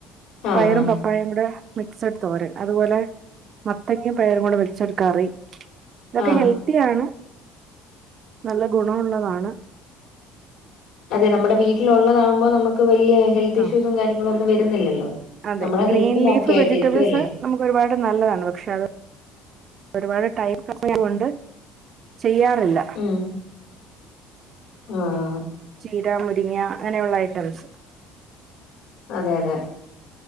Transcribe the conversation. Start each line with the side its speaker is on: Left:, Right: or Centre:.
Left: ആഹ്
Right: പയറും പപ് പഴം കൂടെ മിക്സ്ഡ് തോരൻ അതുപോലെ മത്തങ്ങയും പയറും കൂടെ വെച്ചൊരു കറി ഇതൊക്കെ
Left: ആഹ്
Right: ഹെൽത്തിയാണ് നല്ല ഗുണമുള്ളതാണ്
Left: അതെ നമ്മുടെ വീട്ടിലുള്ളതാവുമ്പോ നമുക്ക് വലിയ ഹെൽത്ത്
Right: ആ
Left: ഇഷ്യൂസും കാര്യങ്ങളും ഒന്നും വരുന്നില്ലല്ലോ
Right: അതെ
Left: നമ്മുടെ
Right: ഗ്രീൻ
Left: ഹെൽത്തും
Right: ലീഫ്
Left: ഓക്കെ ആയിട്ടിരിക്കുവല്ലേ
Right: വെജിറ്റബിൾസ് നമുക്ക് ഒരുപാട് നല്ലതാണ് പക്ഷെ അത് ഒരുപാട് ടൈം ഉള്ളത് കൊണ്ട് ചെയ്യാറില്ല
Left: ഉം ആഹ്
Right: ചീര, മുരിങ്ങ അങ്ങനെയുള്ള ഐറ്റംസ്
Left: അതെ അതെ